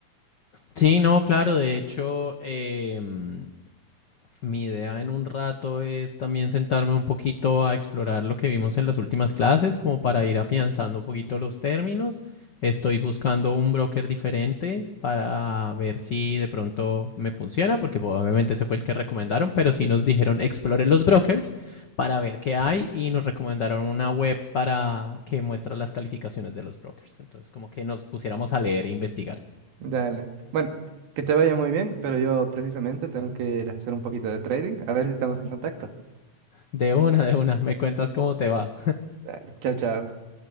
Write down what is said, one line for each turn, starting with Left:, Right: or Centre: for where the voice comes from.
Left: Sí, no, claro, de hecho, em, Mi idea en un rato es también sentarme un poquito a explorar lo que vimos en las últimas clases, como para ir afianzando un poquito los términos. Estoy buscando un broker diferente para ver si de pronto me funciona, porque pues, obviamente ese fue el que recomendaron, pero sí nos dijeron exploren los brokers para ver qué hay y nos recomendaron una web para que muestra las calificaciones de los brokers. Entonces como que nos pusiéramos a leer e investigar.
Right: Dale. Bueno, que te vaya muy bien, pero yo precisamente tengo que ir a hacer un poquito de trading. A ver si estamos en contacto.
Left: De una, de una, me cuentas cómo te va.
Right: Dale. Chao, chao.